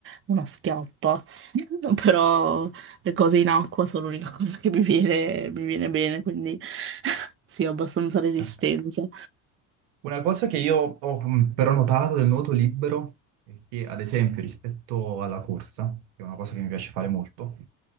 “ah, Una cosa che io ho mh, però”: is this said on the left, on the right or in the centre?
Right